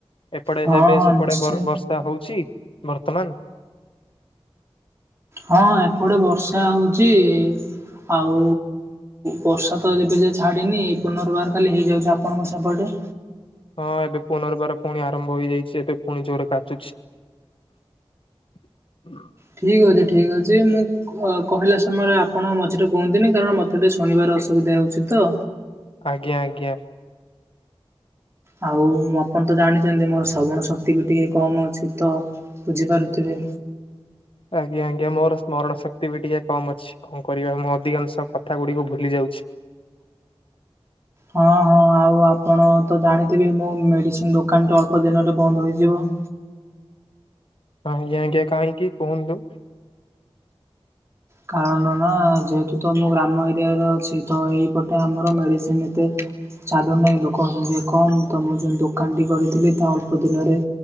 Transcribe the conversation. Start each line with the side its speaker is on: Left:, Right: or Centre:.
Left: ଏପଟେ
Right: ହଁ
Left: ସେବେ
Right: ହଁ
Left: ସେପଟେ
Right: ନିଶ୍ଚୟ
Left: ବର୍ ବର୍ଷା ହଉଛି ବର୍ତ୍ତମାନ?
Right: ହଁ ଏପଟେ ବର୍ଷା ହଉଚି। ଆଉ ବର୍ଷା ତ ଏବେ ଯାଏ ଛାଡ଼ିନି ପୁନର୍ବାର ଖାଲି ହେଇଯାଉଛି। ଆପଣଙ୍କ ସେପଟେ?
Left: ହଁ ଏବେ ପୁନର୍ବାର ପୁଣି ଆରମ୍ଭ ହେଇଯାଇଛି ଏବେ ପୁଣି ଜୋରେ କାଚୁଛି। <inaudible>
Right: ଠିକ୍ ଅଛି ଠିକ୍ ଅଛି ମୁଁ କ କହିଲା ସମୟରେ ଆପଣ ମଝିରେ କୁହନ୍ତିନି, କାରଣ ମୋତେ ଟିକେ ଶୁଣିବାର ଅସୁବିଧା ହେଉଛି ତ।
Left: ଆଜ୍ଞା ଆଜ୍ଞା।
Right: ଆଉ ମୁଁ ଆପଣ ତ ଜାଣିଛନ୍ତି ମୋର ଶ୍ରବଣ ଶକ୍ତି ବି ଟିକେ କମ୍ ଅଛି ତ। ବୁଝିପାରୁଥିବେ।
Left: ଆଜ୍ଞା ଆଜ୍ଞା ମୋର ସ୍ମରଣ ଶକ୍ତି ବି ଟିକେ କମ ଅଛି। କଣ କରିବା ମୁଁ ଅଧିକାଂଶ କଥା ଗୁଡିକୁ ଭୁଲି ଯାଉଛି।
Right: ହଁ ହଁ ଆଉ ଆପଣ ତ ଜାଣିଥିବେ, ମୋ ମେଡ଼ିସିନ ଦୋକାନଟି ଅଳ୍ପ ଦିନରେ ବନ୍ଦ ହୋଇଯିବ।
Left: ହଁ ଆଜ୍ଞା ଆଜ୍ଞା କାହିଁକି କୁହନ୍ତୁ।
Right: କାରଣ ନା ଯେହେତୁ ତମ ଗ୍ରାମ ଏରିଆରେ ଅଛି। ତ ଏଇପଟେ ଆମର ମେଡ଼ିସିନ ଏତେ ଚାଲୁନାହିଁ ଲୋକମାନେ କମ୍ ତ, ମୁଁ ଯେଉଁ ଦୋକାନଟି କରିଥିଲି ତା ଅଳ୍ପ ଦିନରେ